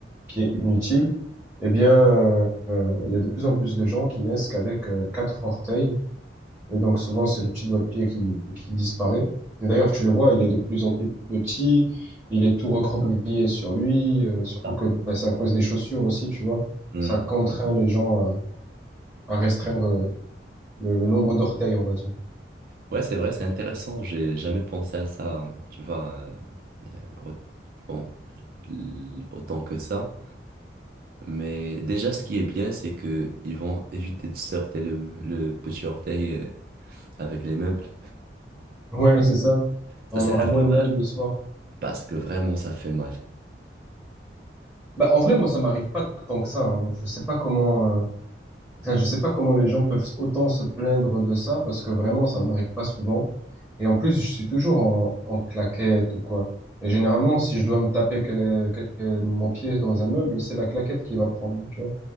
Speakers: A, in the centre; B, on the right.
A: qui est inutile, eh bien, euh, euh, il y a de plus en plus de gens qui naissent qu'avec euh, quatre orteils. Et donc souvent, c'est le petit doigt de pied qui, qui disparaît. Et D'ailleurs, tu le vois, il est de plus en plus petit, il est tout recroquevillé sur lui, euh, surtout
B: Ah.
A: que bah, c'est à cause des chaussures aussi, tu vois.
B: Hmm.
A: Ça contraint les gens à, à restreindre le, le nombre d'orteils, on va dire.
B: Ouais, c'est vrai, c'est intéressant, j'ai jamais pensé à ça, tu vois, euh, au- bon, l- autant que ça. Mais déjà, ce qui est bien, c'est que ils vont éviter de se heurter le, le petit orteil euh, avec les meubles.
A: Ouais, c'est ça.
B: Ça,
A: On
B: c'est
A: aura
B: l'avantage.
A: beau et mal le soir.
B: parce que vraiment ça fait mal.
A: Bah, en vrai, moi, ça m'arrive pas tant que ça. hein. Je sais pas comment, euh, Enfin, je sais pas comment les gens peuvent autant se plaindre de ça parce que vraiment, ça m'arrive pas souvent. Et en plus, je suis toujours en, en claquette ou quoi. Et généralement, si je dois me taper quel- quel- mon pied dans un meuble, c'est la claquette qui va prendre, tu vois.